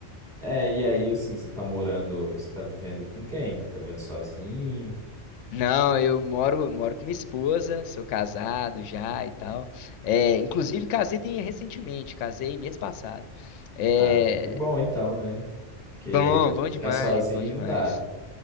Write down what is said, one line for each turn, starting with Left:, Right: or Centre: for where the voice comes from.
Centre: é, e aí, assim, você tá morando, você tá vivendo com quem? Tá vivendo sozinho?
Left: Não, eu moro, moro com minha esposa, sou casado já e tal. É, inclusive, casei tem- recentemente, casei mês passado. É,
Centre: Ah, que bom então, né, porque...
Left: bom, bom demais,
Centre: Ficar sozinho
Left: bom demais.
Centre: não dá.